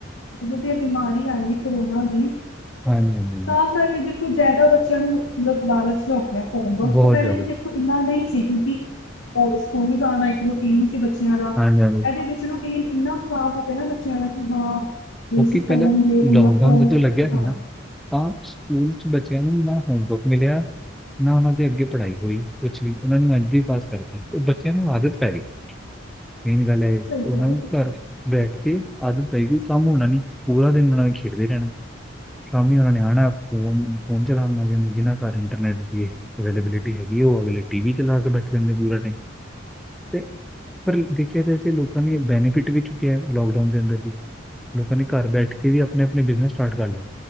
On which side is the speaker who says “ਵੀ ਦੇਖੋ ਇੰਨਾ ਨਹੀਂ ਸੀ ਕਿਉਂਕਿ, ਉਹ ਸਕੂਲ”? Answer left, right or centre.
Left